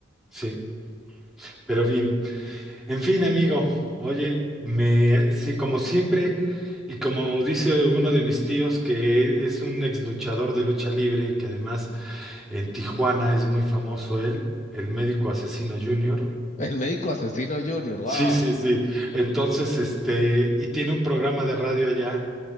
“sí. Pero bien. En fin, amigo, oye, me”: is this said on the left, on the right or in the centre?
Centre